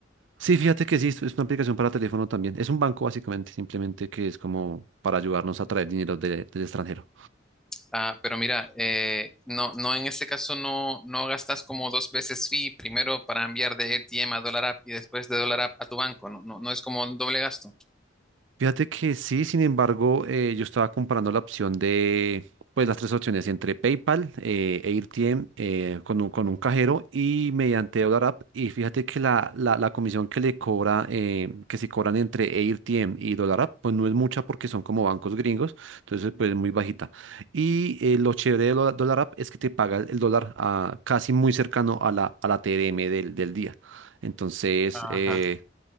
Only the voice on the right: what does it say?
sí, fíjate que sí, es es una aplicación para teléfono también. Es un banco básicamente, simplemente que es como para ayudarnos a traer dinero de- del extranjero.
Fíjate que sí, sin embargo, eh, yo estaba comparando la opción de, pues las tres opciones entre PayPal, eh, e AirTM, eh, con un, con un cajero y mediante Dollar App. Y fíjate que la, la, la comisión que le cobra, eh, que si cobran entre AirTM y Dollar App, pues no es mucha porque son como bancos gringos, entonces pues es muy bajita. Y eh, lo chévere de Dola- Dollar App es que te paga el, el dólar ah, casi muy cercano a la, a la TRM del, del día. Entonces,
eh,